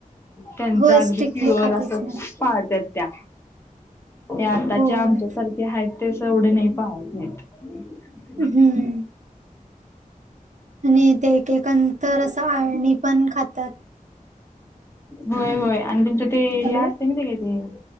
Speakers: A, on the left (about 15°); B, on the right (about 60°).
A: त्यांच
B: होय
A: अगदी
B: स्ट्रिक्टली
A: प्युअर
B: खातच
A: अस <unintelligible>
B: नाही
A: पाळतात त्या हे आताच्या
B: होय.
A: आमच्यासारख्या आहेत <unintelligible> तेस एवढे नाही पाह नाहीत <unintelligible>
B: हम्म <unintelligible> आणि ते एकंतर असं आळणी पण खातात <unintelligible>
A: होय होय आणि तुमचं ते
B: हॅलो
A: या <unintelligible> म का ते